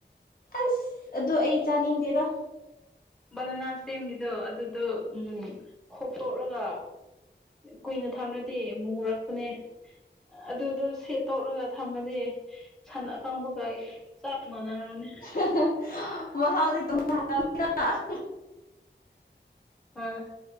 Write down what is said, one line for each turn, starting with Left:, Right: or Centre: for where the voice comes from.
Left: ꯑꯁ ꯑꯗꯨ ꯑꯩ ꯆꯥꯅꯤꯡꯗꯦꯗ
Centre: ꯕꯅꯅꯥ ꯁ꯭ꯇꯦꯝꯒꯤꯗꯣ ꯑꯗꯨꯗꯣ ꯎꯝ ꯈꯣꯛꯇꯣꯛꯔꯒ ꯀꯨꯏꯅ ꯊꯝꯔꯗꯤ ꯃꯨꯨꯔꯛꯄꯅꯦ ꯑꯗꯨꯗꯣ ꯁꯦꯠ ꯇ‌ꯣꯛꯔꯒ ꯊꯝꯃꯗꯤ ꯁꯟ ꯑꯀꯪꯕꯒ ꯆꯞ ꯃꯥꯟꯅꯈ꯭ꯔꯅꯦ
Left: <unintelligible> ꯃꯍꯥꯎꯗꯤ ꯇꯨꯡꯉꯜꯂ‌ꯝ <unintelligible>
Centre: ꯍ‌ꯣꯏ